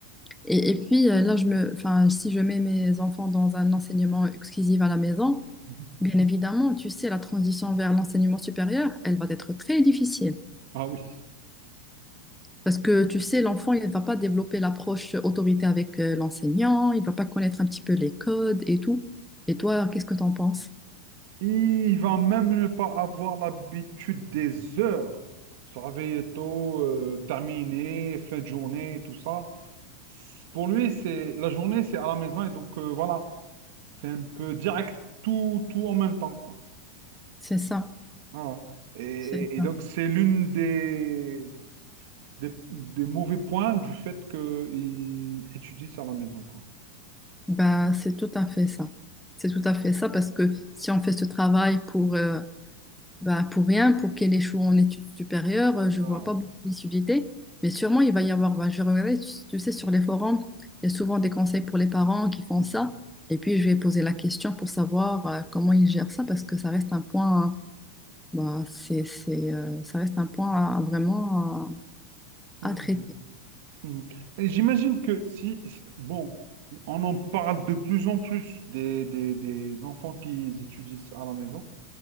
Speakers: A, in the centre; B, on the right.
A: et, et puis euh, là, je me, enfin, si je mets mes enfants dans un enseignement exclusif à la maison,
B: Mhm.
A: bien évidemment, tu sais, la transition vers l'enseignement supérieur, elle va être très difficile.
B: Ah oui.
A: Parce que tu sais, l'enfant, il ne va pas développer l'approche autorité avec euh, l'enseignant, il ne va pas connaître un petit peu les codes et tout. Et toi, qu'est-ce que tu en penses?
B: Il va même ne pas avoir l'habitude des heures. Se réveiller tôt, euh, terminer, fin de journée, tout ça. C- Pour lui, c'est la journée, c'est à la maison et donc euh, voilà, c'est un peu direct, tout, tout en même temps, quoi.
A: C'est ça.
B: Voilà. Et,
A: C'est
B: et
A: ça.
B: donc, c'est l'une des, des, des mauvais points du fait qu'il étudie ça à la maison, quoi.
A: Bah, c'est tout à fait ça. C'est tout à fait ça parce que si on fait ce travail pour, euh, bah, pour rien, pour qu'elle échoue en études supérieures, euh, je
B: Voilà.
A: vois pas beaucoup d'utilité. Mais sûrement, il va y avoir, bah, je regardais, tu, tu sais, sur les forums, il y a souvent des conseils pour les parents qui font
B: Mhm.
A: ça. Et puis, je vais poser la question pour savoir, euh, comment ils gèrent ça parce que ça reste un point, bah, c'est, c'est, euh, ça reste un point à, à vraiment
B: Mhm.
A: à, à traiter.
B: Mhm. Et j'imagine que si, bon, on en parle de plus en plus des, des, des enfants qui étudient ça à la maison.